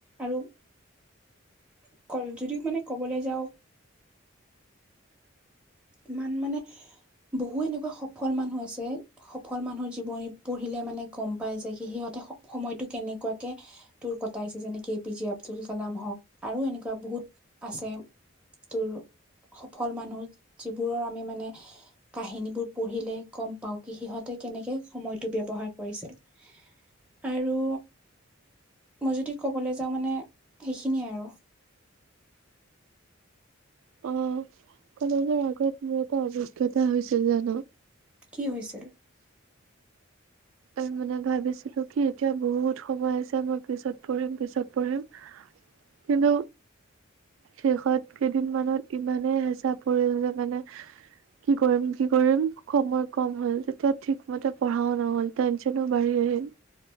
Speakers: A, in the centre; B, on the right.
A: আৰু <unintelligible> যদিও মানে কবলৈ যাওঁ ইমান মানে বহু এনেকুৱা সফল মানুহ আছে সফল মানুহৰ জীৱনী পঢ়িলে মানে গম পাই যায় সিহঁতে সময়তটো কেনেকুৱাকে তোৰ কটাইছে যেনেকে A P J Abdul Kalam হওক আৰু এনেকুৱা বহুত আছে। তোৰ সফল মানুহ যিবোৰৰ আমি মানে কাহিনীবোৰ পঢ়িলে গম পাওঁ কি সিহঁতে কেনেকে সময়টো ব্যৱহাৰ কৰিছিল। আৰু মই যদি ক'বলে যাওঁ মানে সেইখিনিয়ে আৰু।
B: অ'। কলেজৰ আগত মোৰ এটা অভিজ্ঞতা হৈছিল জানা
A: কি হৈছিল?
B: আৰু মানে ভাবিছিলো কি এতিয়া বহুত সময় আছে মই পিছত পঢ়িম, পিছত পঢ়িম। কিন্ত শেষত কেইদিনমানত ইমানেই হেঁচা পৰিল যে মানে কি কৰিম কি কৰিম সময় কম হ'ল তেতিয়া ঠিকমতে পঢ়াও নহ'ল। টেনচনো বাঢ়ি আহিল